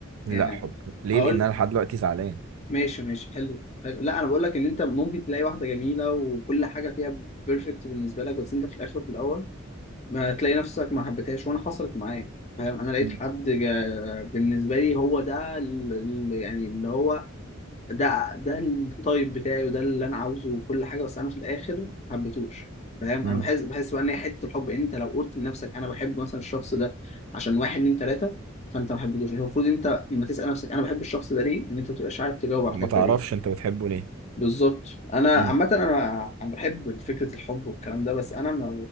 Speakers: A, on the right; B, on the left.
A: لا
B: يعني
A: حب ليه
B: هقول
A: لان انا لحد دلوقتي زعلان
B: ماشي ماشي حلو حلو لا انا بقول لك ان انت ممكن تلاقي واحده جميله وكل حاجه فيها بيرفكت بالنسبه لك بس انت في الاخر وفي الاول ما تلاقي نفسك ما حبيتهاش وانا حصلت معايا فاهم انا لقيت
A: مم.
B: حد جا- بالنسبه لي هو ده ال- ال- يعني اللي هو ده ده التايب بتاعي وده اللي انا عاوزه وكل حاجه بس انا في الاخر ما حبيتهوش فاهم
A: مم.
B: انا بحس بحس بقى ان هي حته الحب انت لو قلت لنفسك انا بحب مثلا الشخص ده عشان واحد اتنين تلاته فانت ما حبيتهوش المفروض انت لما تسال نفسك انا بحب الشخص ده ليه ان انت ما تبقاش عارف تجاوب على
A: ما
B: الحته
A: تعرفش
B: دي
A: انت بتحبه ليه
B: بالظبط انا
A: مم.
B: عامه انا انا بحب فكره الحب والكلام ده بس انا ما